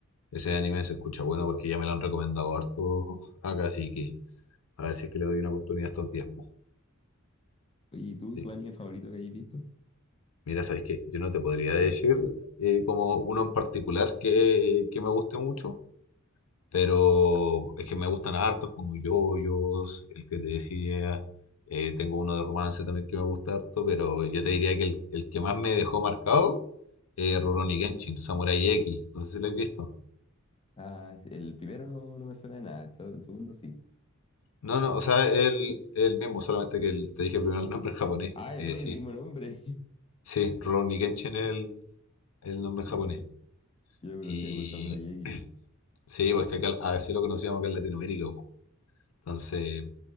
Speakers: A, on the left (about 80°); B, on the left (about 25°).
A: ese anime, se escucha bueno porque ya me lo han recomendado harto acá, así que a ver si es que le doy una oportunidad estos días, po.
B: Oye, ¿y tú,
A: Sí.
B: tu anime favorito que hayas visto?
A: Mira, sabéis que yo no te podría decir eh, como uno en particular que, que me guste mucho, pero es que me gustan hartos como Yoyos, el que te decía, eh, tengo uno de romance también que me gusta harto, pero yo te diría que el, el que más me dejó marcado es Rurouni Kenshin, Samurai X, no sé si lo habéis visto.
B: Ah, es- el primero no, no me suena a nada, el se- el segundo sí.
A: No, no, o sea, él, él mismo, solamente que el- te dije primero el nombre en japonés.
B: Ah, es
A: Eh,
B: el
A: sí,
B: mismo nombre. <laughs>
A: sí, Rurouni Kenshin es el, el nombre en
B: Ya,
A: japonés.
B: ya, Yo lo conocía
A: Y
B: por Samurai X.
A: sí, pues que acá así lo conocíamos acá en Latinoamérica. po. Entonces,